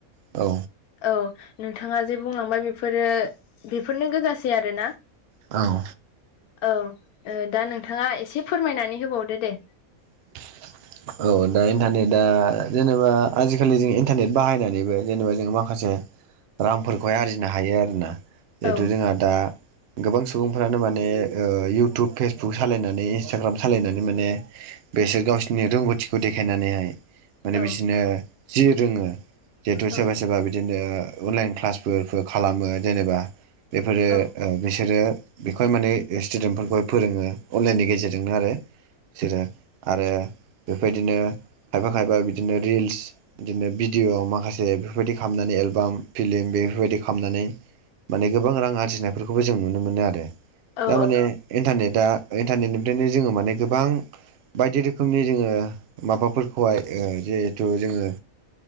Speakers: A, on the right; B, on the left.
A: औ।
B: औ नोंथाङा जे बुंलांबाय बेफोरो बेफोरनो गोजासै आरो ना।
A: औ।
B: औ दा नोंथाङा एसे फोरमायनानै होबावदो दे।
A: <inaudible> औ दा इन्टारनेटआ जेनेबा आजिखालि जों इन्टारनेट बाहायनानैबो जेनेबा जों माखासे रांफोरखौहाय आरजिनो हायो आरोना जिहेथु
B: औ
A: जोंहा दा गोबां सुबुंफ्रानो माने ओ इयउटुब फेसबुक सालायनानै इन्सटाग्राम सालायनानै माने <inaudible> बेसोर गावसिनि रोंगौथिखौ देखायनानैहाय माने
B: औ
A: बिसोरनो जि रोङो जिहेतु सोरबा
B: औ
A: सोरबा बिदिनो अनलाइन क्लासफोरफोर खालामो जेनेबा बेफोरो
B: औ
A: बिसोरो बेखौहाय माने स्टुदेन्टफोरखौहाय फोरोङो अनलाइननि गेजेरजोंनो आरो बिसोरो। आरो बेबायदिनो खायफा खायफा बिदिनो रिल्स बिदिनो भिडिय' माखासे बेफोरबायदि खालामनानै एलबाम फिलिम बेफोरबायदि खालामनानै माने गोबां रां आरजिनायफोरखौबो जों नुनो मोनो आरो।
B: औ
A: दामाने इन्टारनेटआ इन्टारनेटनिफ्रायनो जोङो माने गोबां बायदि रोखोमनि जोङो माबाफोरखौहाय जिहेथु जोङो